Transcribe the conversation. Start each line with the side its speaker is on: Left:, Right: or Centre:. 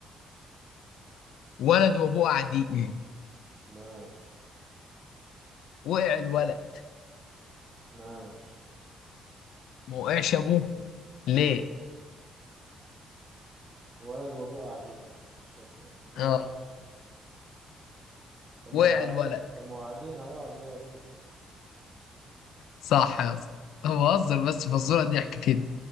Left: ولد وأبوه قاعدين
Right: ماشي
Left: وقع الولد
Right: ماشي
Left: ما وقعش ابوه ليه
Right: ولد وابوه قاعدين عشان هو- ماشي
Left: اه
Right: طب ما
Left: وقع
Right: هو قاعدين
Left: الولد
Right: طب ما هو قاعدين هيقعد زي ابوه
Left: صح يا اسطى أنا بهزر بس فزوره ضحك كده